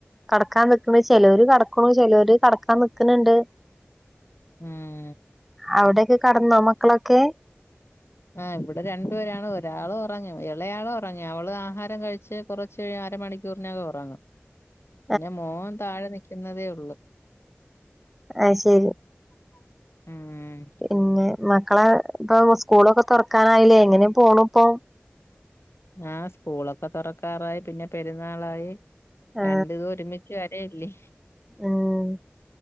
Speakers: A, in the centre; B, on the left.
A: കടക്കാൻ നിക്ക്ണു ചെലോര് കടക്കണു ചെലോര് കടക്കാൻ നിക്ക്ണുണ്ട്
B: ഉം
A: അവിടെൊക്കെ കടന്നു മക്കളൊക്കെ
B: ആഹ് ഇവിടെ രണ്ടുപേരാണ് ഒരാള് ഉറങ്ങി ഇളയാളും ഉറങ്ങി അവള് ആഹാരം കഴിച്ച് കുറച്ച് അരമണിക്കൂറിനകം ഉറങ്ങും
A: <inaudible>
B: പിന്നെ മോൻ താഴെ നിക്കുന്നതേ ഉള്ളു
A: ആഹ് ശരി
B: ഉം
A: പിന്നെ മക്കളെ ഇപ്പൊ സ്കൂളൊക്കെ തുറക്കാനായില്ലേ എങ്ങനെ പോണ് ഇപ്പൊ
B: ആഹ് സ്കൂളൊക്കെ തുറക്കാറായി പിന്നെ പെരുന്നാളായി
A: ആ
B: രണ്ടും ഒരുമി ല്ലെ
A: ഉം